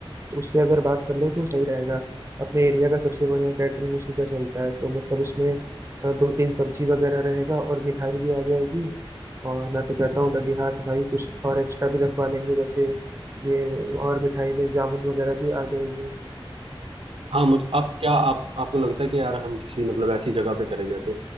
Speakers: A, on the right; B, on the right.
A: तो उससे अगर बात कर लो तो सही रहेगा अपने एरिया का सबसे बढ़िया कैटरिंग उसी का चलता है तो मतलब उसमें अ, दो तीन सब्जी वगैरह रहेगा और मिठाई भी आ जाएगी और मैं तो कहता हूँ लगे हाथ भाई कुछ और एक्स्ट्रा भी रखवा लेंगे जैसे ये और मिठाई में जामुन वगैरह भी आ जाएंगे
B: हाँ मुझे आप क्या आप आपको लगता है कि यार हम किसी मतलब ऐसी जगह पे करें जैसे